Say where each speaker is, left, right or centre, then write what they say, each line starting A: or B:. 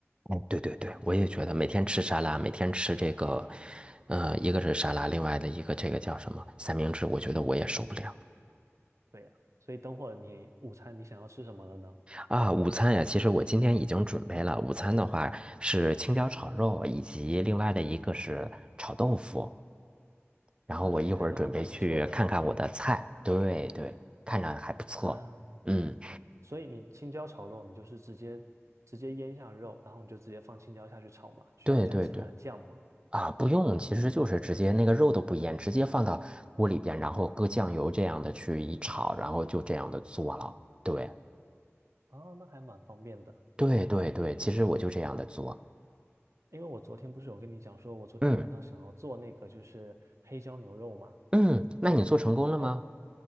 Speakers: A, on the right; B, on the right.
A: 嗯，对对对，我也觉得每天吃沙拉，每天吃这个，呃，一个是沙拉，另外的一个这个叫什么三明治，我觉得我也受不了。
B: 对呀、所以等会儿你午餐你想要吃什么了呢？
A: 啊，午餐呀，其实我今天已经准备了。午餐的话是青椒炒肉，以及另外的一个是炒豆腐。然后我一会儿准备去看看我的菜，
B: 啊，听起来都还蛮不错的
A: 对对，看着还不错。
B: 啊。
A: 嗯，
B: 所以你青椒炒肉，你就是直接直接腌下肉，然后你就直接放青椒下去炒嘛，需要加其他的酱吗？
A: 对对对，啊，不用，其实就是直接那个肉都不腌，直接放到锅里边，然后搁酱油这样的去一炒，然后就这样的做了。对
B: 啊，那还蛮方便的。
A: 对对对，其实我就这样的做。
B: 因为我昨天不是有跟你讲说，我昨天晚上想要做那个就是黑椒牛肉嘛，
A: 嗯嗯，那你做成功了吗？
B: 然后